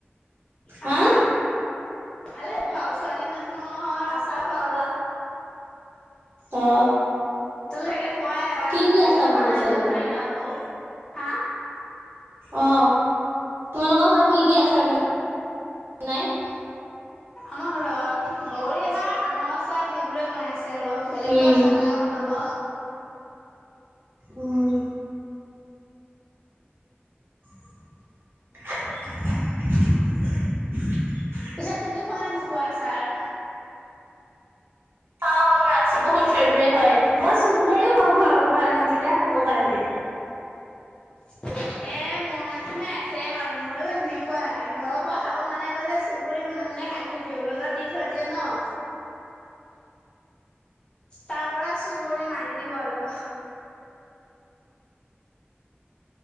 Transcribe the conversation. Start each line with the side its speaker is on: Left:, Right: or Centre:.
Right: হা
Left: আচাৰ ভালে পাও ছোৱালী মানুহৰ আচাৰ <unintelligible>
Right: অ
Left: তুমি চাগে খুৱাই আচাৰ
Right: কি কি
Left: সিতটো
Right: আচাৰ বনাইছেনো
Left: মানা কৰিব নোৱাৰি কাকো, হা?
Right: অ তোমালোকৰ ঘৰত কি কি আচাৰ বনাই?
Left: আমাৰ ঘৰত বগৰী আচাৰ আমৰ আচাৰ সেইবোৰে বনাইছে আৰু। বেলেগতো
Right: উম
Left: আচাৰ নাই বনাব।
Right: উম। <unintelligible>
Left: পিছে তুমি খোৱা নে নোখোৱা আছাৰ?
Right: খাওঁ মোৰ আচাৰ বহুত ফেভৰেট হয়, মই চুৰ কৰিও খাওঁ ঘৰৰ আনি দিলে খাব কাৰণে।
Left: এ মোৰ নিচিনাই ছেম আৰু ময়ো সেনেকুৱাই ঘৰৰ পৰা খাব মানা কৰিলে চুৰ কৰি মনে মনে খাই থৈ দিওঁ ৰদত দি থৈ দিয়ে ন। তাৰপৰা চুৰ কৰি মাৰি দিওঁ আৰু।